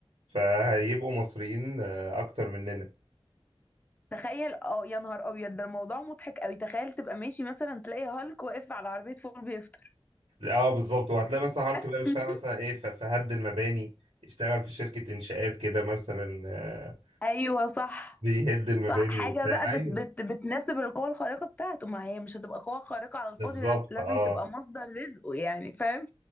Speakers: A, on the right; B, on the left.
A: فهيبقوا مصريين آه، اكتر مننا
B: تخيل اه يا نهار ابيض ده الموضوع مضحك قوي تخيل تبقى ماشي مثلا تلاقي هالك واقف على عربية فول بيفطر
A: اه بالظبط وهتلاقي مثلا هالك
B: <laughs>
A: بقى بيشتغل مثلا ايه ف- في هد المباني اشتغل في شركه انشاءات كده مثلا آه،
B: ايوه صح
A: بيهد المباني
B: صح حاجة
A: وبتاع
B: بقى
A: ايوه
B: بت بت بتناسب القوة الخارقة بتاعته ما هي مش هتبقى قوة خارقة على الفاضي
A: بالظبط
B: لا- لازم
A: اه
B: تبقى مصدر رزقه يعني فاهم